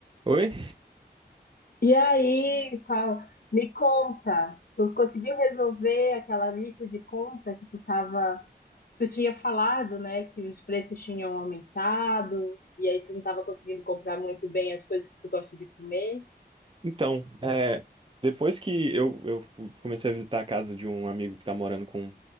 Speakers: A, on the right; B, on the left.
A: Oi?
B: E aí, qual? Me conta, tu conseguiu resolver aquela lista de compra que tu tava, tu tinha falado, né, que os preços tinham aumentado e aí tu não tava conseguindo comprar muito bem as coisas que tu gosta de comer?
A: Então, é, depois que eu, eu comecei a visitar a casa de um amigo que tá morando com,